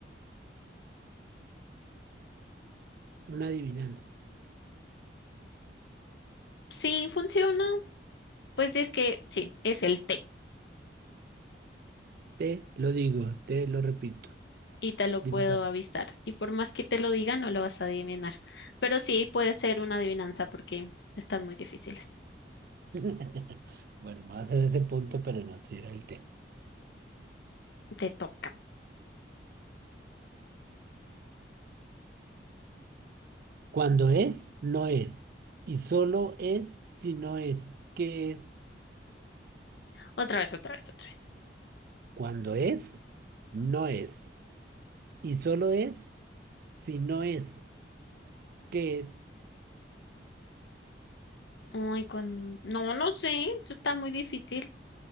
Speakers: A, on the right; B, on the left.
A: Una adivinanza.
B: Sí, funciona. Pues es que sí, es el té
A: Te lo digo, te lo repito.
B: y te lo
A: Dime
B: puedo
A: la.
B: avisar. Y por más que te lo diga, no lo vas a adivinar. Pero sí puede ser una adivinanza porque están muy difíciles.
A: <laughs> Bueno, va a hacer ese punto, pero no será el tema.
B: Te toca.
A: Cuando es, no es. Y solo es si no es. ¿Qué es?
B: Otra vez, otra vez, otra vez.
A: Cuando es, no es. Y solo es si no es, que es
B: Ay, cuando... No, no sé, eso está muy difícil.